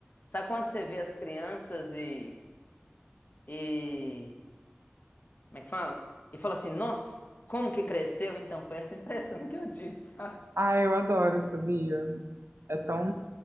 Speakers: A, on the left; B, on the right.
A: Sabe quando você vê as crianças e. e como é que fala? E fala assim: nossa, como que cresceu? Então foi essa <laughs> impressão que eu tive, sabe?
B: Ah, eu adoro, sabia? É tão.